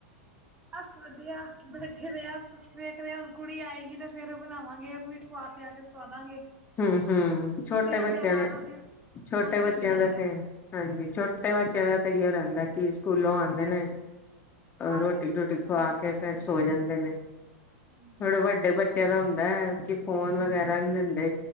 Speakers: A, on the right (about 20°); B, on the left (about 25°).
A: ਬਸ ਵਧੀਆ ਬੈਠੇ ਦੇ ਆ ਕੁਛ ਵੇਖ ਰਹੇ ਆ ਕੁੜੀ ਆਏਗੀ ਤੇ ਫੇਰ ਬਣਾਵਾਂਗੇ ਉਹਨੂੰ ਵੀ ਖਵਾ ਪਿਆ ਕੇ ਸਵਾਦਾਂਗੇ।
B: ਹਮ ਹਮ ਛੋਟੇ
A: ਨਹੀਂ ਤੇ ਆਂਦਿਆਂ
B: ਬੱਚਿਆਂ
A: ਨਾਲ
B: ਦਾ
A: ਉਹਨੇ
B: ਛੋਟੇ
A: ਫੋਨ ਟੀ
B: ਬੱਚਿਆਂ
A: ਵੀ ਚਾਹੀਦਾ
B: ਦਾ ਤੇ ਹਾਂਜੀ ਛੋਟੇ ਛੋਟੇ ਬੱਚਿਆਂ ਦਾ ਇਓ ਰਹਿੰਦਾ ਕਿ ਸਕੂਲੋਂ ਆਉਂਦੇ ਨੇ
A: ਖਾ
B: ਰੋਟੀ-
A: ਪੀ ਕੇ ਸੋ
B: ਰੂਟੀ
A: ਜਾਂਦੇ
B: ਖਵਾ
A: ਨੇ
B: ਕੇ ਫੇਿਰ ਸੋ ਜਾਂਦੇ ਨੇ <unintelligible>
A: ਹਾਂਜੀ।
B: ਥੋੜੇ ਵੱਡੇ ਬੱਚਿਆਂ ਦਾ ਹੁੰ- <inaudible> ਫੋਨ ਵਗੈਰਾ
A: ਪਾਉਂਦੇ
B: ਨੀ ਦਿੰਦੇ